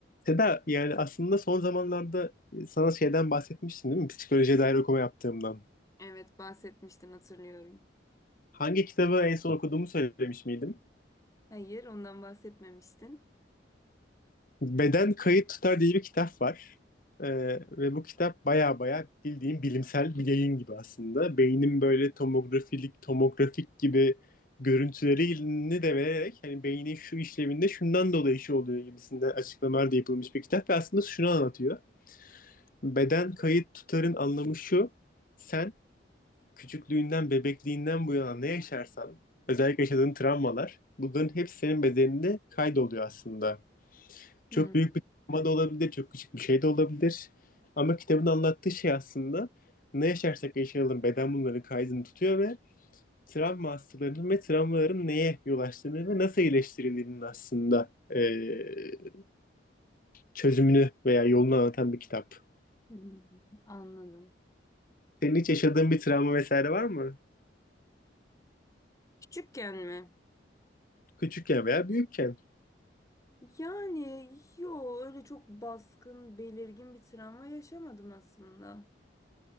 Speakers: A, on the left; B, on the left.
A: Seda yani aslında son zamanlarda e, sana şeyden bahsetmiştim değil mi? Psikolojiye dair okuma yaptığımdan.
B: Evet bahsetmiştin hatırlıyorum.
A: Hangi kitabı en son okuduğumu söylemiş miydim?
B: Hayır ondan bahsetmemiştin.
A: Beden Kayıt Tutar diye bir kitap var. Ee, ve bu kitap baya baya bildiğim bilimsel bir yayın gibi aslında. Beynin böyle tomografilik, tomografik gibi görüntülerini de vererek hani beynin şu işlevinde şundan dolayı şu oluyor gibisinden açıklamalar da yapılmış bir kitap ve aslında şunu anlatıyor. Beden kayıt tutarın anlamı şu. Sen küçüklüğünden, bebekliğinden bu yana ne yaşarsan, özellikle yaşadığın travmalar, bunların hepsi senin bedeninde kaydoluyor aslında. Çok
B: Hmm,
A: büyük bir travma da olabilir, çok küçük bir şey de olabilir. Ama kitabın anlattığı şey aslında ne yaşarsak yaşayalım beden bunların kaydını tutuyor ve travma hastalarının ve travmaların neye yol açtığını ve nasıl iyileştirildiğinin aslında eee, çözümünü veya yolunu anlatan bir kitap.
B: hmm, anladım.
A: Senin hiç yaşadığın bir travma vesaire var mı?
B: Küçükken mi?
A: Küçükken veya büyükken.
B: Yani yo öyle çok baskın, belirgin bir travma yaşamadım aslında.